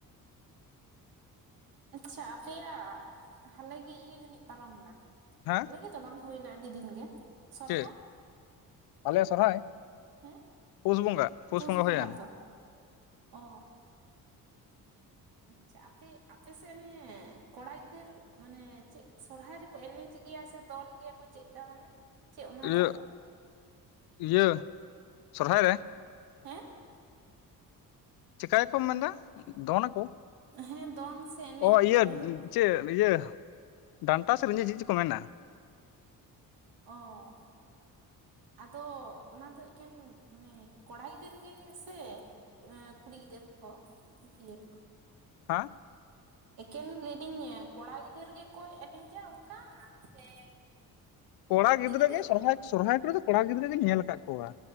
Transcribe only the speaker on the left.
ᱦᱮᱸ
ᱪᱮᱫ ᱟᱞᱮ ᱥᱚᱨᱦᱟᱭ
ᱯᱩᱥ ᱵᱚᱸᱜᱟ ᱯᱩᱥ
ᱦᱩᱭᱮᱱ
ᱤᱭᱟᱹ
ᱤᱭᱟᱹ ᱥᱚᱨᱦᱟᱭ ᱨᱮ ᱼᱼ
ᱪᱤᱠᱟᱹᱭᱟᱠᱚᱢ ᱢᱮᱱ ᱫᱟ ᱫᱚᱱ ᱱᱟᱠᱚ
ᱚ ᱤᱭᱟᱹ
ᱪᱮᱫ ᱤᱭᱟᱹ ᱰᱟᱱᱴᱟ ᱥᱮᱫ ᱪᱮᱫ ᱪᱚᱠᱚ ᱠᱚ ᱢᱮᱱᱟ.
ᱦᱮᱸ
ᱠᱚᱲᱟ
ᱜᱤᱫᱽᱨᱟᱹ
ᱜᱮ ᱥᱚᱨᱦᱟᱭ ᱥᱚᱨᱦᱟᱭ ᱠᱚᱨᱮ ᱫᱚ ᱠᱚᱲᱟ ᱜᱤᱫᱽᱨᱟᱹᱤᱧ ᱧᱮᱞ ᱟᱠᱟᱫ ᱠᱚᱣᱟ